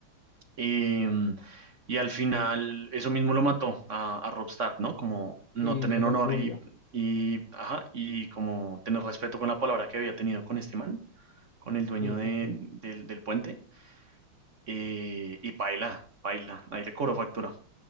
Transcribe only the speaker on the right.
Y, mm, y al final eso mismo lo mató a, a Robb Stark, ¿no? Como no
tener
honor
y, y, ajá, y como tener respeto con la palabra que había tenido con este man, con el dueño
de-
del, del puente. eh, y paila, paila, ahí le cobró factura.